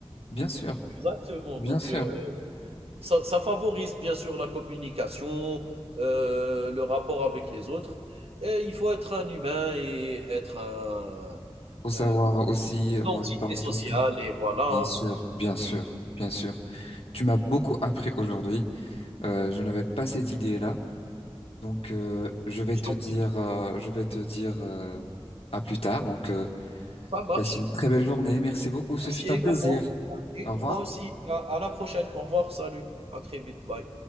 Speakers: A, on the left; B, on the right.
A: Bien sûr,
B: Exactement.
A: bien
B: Donc,
A: sûr.
B: euh, ça, ça favorise bien sûr la communication, euh, le rapport avec les autres. Et il faut être un humain et être un,
A: Faut savoir
B: euh,
A: aussi, euh,
B: une
A: moi,
B: entité
A: je lui parle
B: sociale.
A: tout le temps.
B: Et voilà, hein.
A: Bien sûr, bien sûr, bien sûr. Tu m'as beaucoup appris aujourd'hui. Euh, je n'avais pas cette idée-là. Donc, euh, je vais
B: je
A: te
B: t'en
A: dire,
B: prie.
A: euh, je vais te dire euh, à plus tard. Donc, euh,
B: Ça marche.
A: passe une très belle journée. Merci beaucoup. Ce
B: Merci
A: fut un
B: également.
A: plaisir.
B: Et
A: Au revoir.
B: moi aussi. à- à la prochaine. Au revoir. Salut. À très vite. Bye.